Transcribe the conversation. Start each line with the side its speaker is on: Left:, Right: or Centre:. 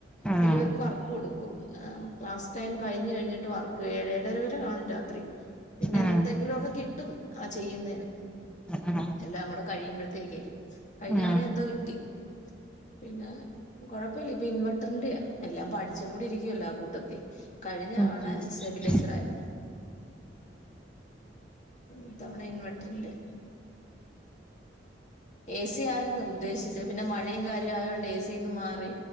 Centre: ആഹ്
Left: പിന്നെ ഇവർക്ക് വർക്ക് കൊടുക്കും ക്ലാസ് ടൈം കഴിഞ്ഞഴിഞ്ഞിട്ട് വർക്ക് ഏഴര വരെ കാണും രാത്രി പിന്നെ
Centre: ആഹ്
Left: എന്തെങ്കിലൊക്കെ കിട്ടും ആ ചെയ്യുന്നേന്
Centre: ആഹ്
Left: എല്ലാം കൂടെ കഴിയുമ്പഴ്ത്തേക്ക കഴിഞ്ഞവണ
Centre: ആഹ്
Left: എന്തോ കിട്ടി പിന്നെ കൊഴ അല്ല ഇപ്പൊ ഇൻവെർട്ടറിന്റെയാ എല്ലാം പഠിച്ചും കൂടി ഇരിക്കുവല്ലോ ആ കൂട്ടത്തി കഴിഞ്ഞ
Centre: ഉം
Left: തവണ
Centre: ഉം
Left: സ്റ്റെബിലൈസർ ആയിരുന്നു ഇ തവണ ഇൻവെർട്ടറിന്റെ എ സി ആയിരുന്നു ഉദ്ദേശിച്ച പിന്നെ മഴേം കാര്യോം ആയൊണ്ട് എ സിന്ന് മാറി